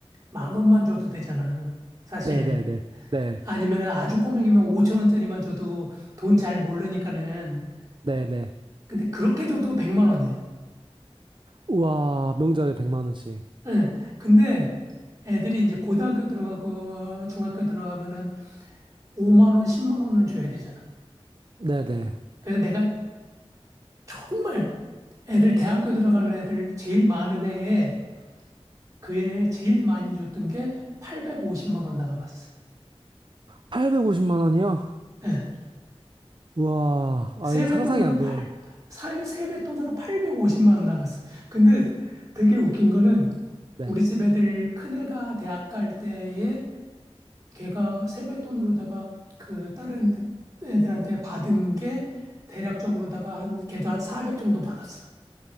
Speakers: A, on the right; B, on the right.
A: 만 원만 줘도 되잖아. 사실
B: 네. 네. 네. 네.
A: 아니면 아주 꼬맹이면 오천 원짜리만 줘도 돈 잘 모르니까는.
B: 네. 네.
A: 근데 그렇게 줘도 백만 원이야.
B: 우와, 명절에 100만 원씩.
A: 응. 근데 애들이 이제 고등학교 들어가고 중학교 들어가면은 오만 원, 십만 원은 줘야 되잖아.
B: 네, 네.
A: 그래서 내가 정말 애들 대학교 들어가는 애들 제일 많은 해에 그 해에 제일 많이 줬던 게 850만 원 나가봤어.
B: 850만 원이요?
A: 예.
B: 우와,
A: 세뱃돈으로
B: 아이 상상이 안 돼요.
A: 팔, 사유 세뱃돈으로 850만 원 나갔어. 근데 되게 웃긴 거는
B: 네.
A: 우리 집 애들 큰애가 대학 갈 때에 걔가 세뱃돈으로다가 그 다른 애들한테 받은 게 대략적으로다가 한 걔도 한 400 정도 받았어.